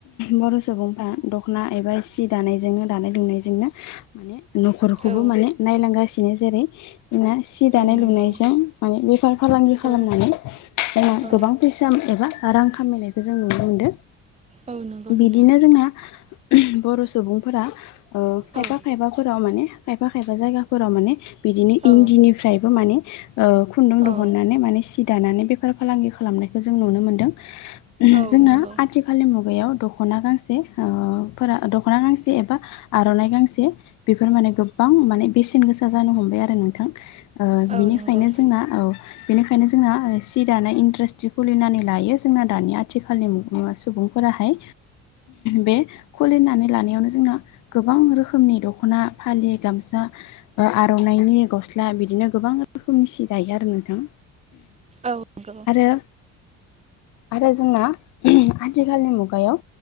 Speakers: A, on the left (about 75°); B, on the right (about 20°).
A: बर' सुबुंफ्रा दख'ना एबा सि दानायजोंनो दानाय लुनायजोंनो माने न'खरखौबो
B: औ
A: माने नायलांगासिनो जेरै जोंना सि दानाय
B: औ नंगौ
A: लुनायजों माने बेफार फालांगि खालामनानै
B: औ
A: जोंना
B: औ
A: गोबां फैसा एबा रां खामायनायखौ जों नुनो मोनदों
B: औ नंगौ नोंथां
A: बिदिनो जोंहा बर' सुबुंफोरा ओ खायफा
B: औ
A: खायफाफोराव माने खायफा खायफा जायगाफोराव माने बिदिनो
B: औ
A: इन्दिनिफ्रायबो माने खुन्दुं
B: औ
A: दिहुननानै माने दानानै बेफार फालांगि खालामनाय जों नुनो मोनदों
B: औ
A: जोंहा
B: नंगौ
A: आथि खालि मुगायाव दख'ना गांसे ओ फोरा दख'ना गांसे एबा आर'नाइ गांसे बेफोर माने गोबां माने बेसेन गोसा जानो हम बाय आरो नोंथां बिनिफ्रायनो
B: औ नंगौ
A: जोंना बेनिखायनो जोंना सि दानाया इन्डास्ट्रि खुलिनानै लायो जोंना दानि आथिखालनि मुु सुबुंफोराहाय बे खुलिनानै लानायावनो जोंना गोबां रोखोमनि दख'ना फालि गामसा ओ आ आर'नायनि गस्ला बिदिनो गोबां रोखोमनि सि गायो आरो नोंथां।
B: औ नंगौ
A: आरो आरो जोंना आथिखालनि मुगायाव